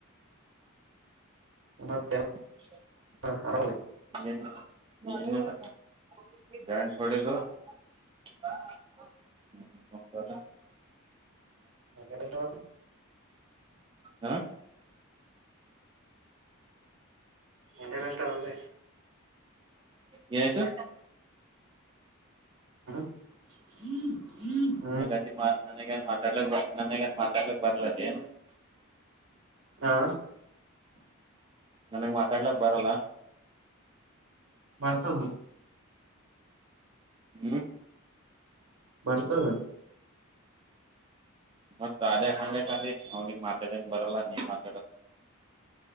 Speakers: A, on the right; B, on the right.
A: ಮತ್ತ್
B: <unintelligible>
A: ಹಾ ಆರಮಲ್
B: <unintelligible> ಹ್ಮ <unintelligible>
A: ನಿಂಗೆನ್ ಇಷ್ಟದ?
B: ಆ
A: ನಿಂಗೆನ್ ಇಷ್ಟಾದ್ ಅಂದೇ
B: ಏನಾಯ್ತು
A: ಹ
B: ನನಗೆ ಅತಿ ಮಾ ನನಗೇನ್ ಮಾತಡ್ಲಕ್ ಬ ನನಗೇನ್ ಮಾತಾಡ್ಲಕ್ಕ ಬರಲ್ಲ ಅಂದೇನ್?
A: ಹಾ
B: ನನಗ್ ಮಾತಾಡ್ಲಾಕ್ ಬರಲ್ಲ
A: ಬರ್ತದ.
B: ಹ್ಮ
A: ಬರ್ತದ.
B: ಮತ್ತ ಆದ್ಯಾಗ್ ಹಂಗ್ ಯಾಕ್ ಅಂದಿ ಅವ್ನಿಗ ಮಾತಾಡಾಕ್ಕ ಬರಲ್ಲ ನೀ ಮಾತಾಡಂತ?